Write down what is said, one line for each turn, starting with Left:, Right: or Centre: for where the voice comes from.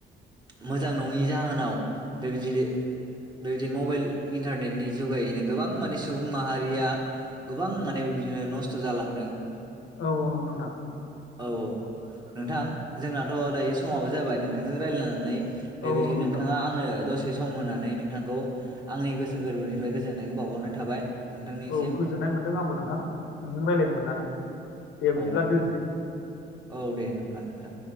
Right: मोजां नङि जाहोनाव बेबायदि बेबायदि मबाइल इन्टारनेटनि जुगायैनो गोबां माने सुबुं माहारिया गोबां माने बेबायदिनो नस्थ' जालांदों।
Left: औ औ नंगौ नोंथां
Right: औ औ नोंथां जोंनाथ' दायो समाबो जाबाय नोंथांजों रायज्लायनां नै बेबायदि
Left: औ नंगौ
Right: नोंथाङा
Left: नोंथां
Right: आंनो दसे सम होनानै नोंथांखौ आंनि गोसो गोरबोनिफ्राय गोजोननायखौ बावहरनाय थाबाय। नोंथांनिसिम
Left: औ गोजोननाय मोनदों आंबो नोंथां नोंजों रायज्लायनो मोननानै दे बिदिब्ला
Right: औ
Left: दोनसै।
Right: औ दे होमबा नोंथां